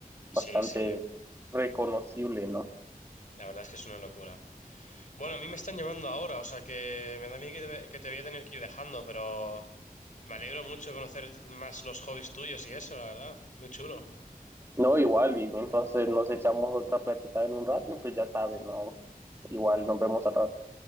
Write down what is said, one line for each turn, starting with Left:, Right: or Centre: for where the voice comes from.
Right: bastante
Left: Sí, sí,
Right: reconocible, ¿no?
Left: la verdad es que es una locura. Bueno, a mí me están llamando ahora, o sea que me da miedo que te, que te voy a tener que ir dejando, pero me alegro mucho de conocer más los hobbies tuyos y eso, la verdad. Muy chulo.
Right: No, igual, y entonces nos echamos otra plática en un rato y pues ya sabes, ¿no? Igual nos vemos al rato.